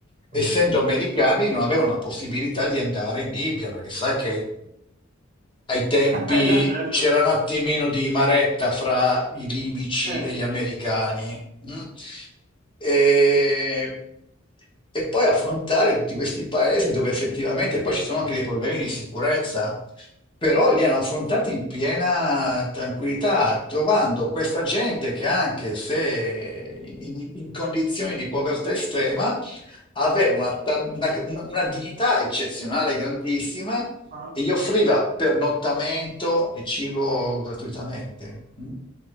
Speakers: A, on the left; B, on the right.
A: essendo
B: Ah,
A: americani, non avevano la possibilità di andare in Libia, perché sai che ai tempi
B: <laughs> già, certo.
A: c'era un attimino di maretta fra i libici
B: Eh.
A: e gli americani. mm? E, e poi affrontare tutti questi paesi dove effettivamente poi ci sono anche dei problemi di sicurezza, però li hanno affrontati in piena tranquillità, trovando questa gente che anche se in in- in condizioni di povertà estrema, aveva una, ta- una- una- una dignità eccezionale, grandissima,
B: Ah,
A: e gli offriva pernottamento e cibo gratuitamente. Mm?